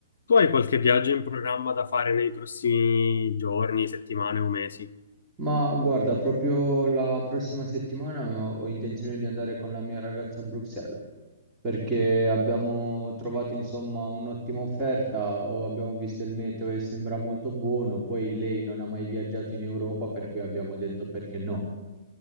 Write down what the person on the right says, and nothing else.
Ma guarda, proprio la prossima settimana ho ho intenzione di andare con la mia ragazza a Bruxelles perché abbiamo trovato insomma un'ottima offerta, o abbiamo visto il meteo e sembra molto buono, poi lei non ha mai viaggiato in Europa, per cui abbiamo detto perché no.